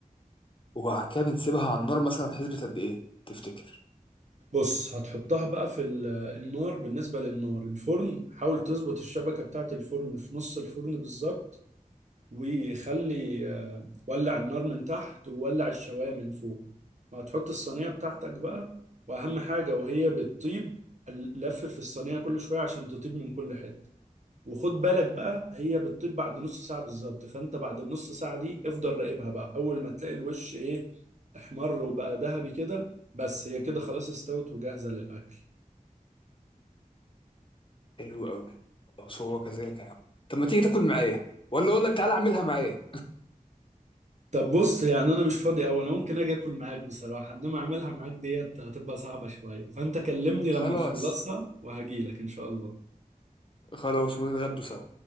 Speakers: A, on the left; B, on the right.
A: وبعد كده بنسيبها على النار مثلا حسبة قد إيه تفتكر
B: بص هتحطها بقى في ال- النار بالنسبة للنار الفرن حاول تظبط الشبكة بتاعة الفرن في نص الفرن بالظبط وخلي آه، ولع النار من تحت وولع الشواية من فوق وهتحط الصينية بتاعتك بقى وأهم حاجة وهي بتطيب لف في الصينية كل شوية عشان تطيب من كل حتة وخد بالك بقى هي بتطيب بعد نص ساعة بالظبط فأنت بعد النص ساعة دي افضل راقبها بقى أول ما تلاقي الوش إيه احمر وبقى ذهبي كده بس هي كده خلاص استوت وجاهزة للأكل
A: حلو أوي خلاص هو كذلك يا عم طب ما تيجي تاكل معايا ولا أقول لك تعالى أعملها معايا
B: طب بص يعني انا مش فاضي او انا ممكن اجي اكل معاك بصراحه انما اعملها معاك ديت هتبقى صعبه شويه فانت كلمني
A: خلاص
B: لما تخلصها وهجيلك ان شاء الله
A: خلاص ونتغدوا سوا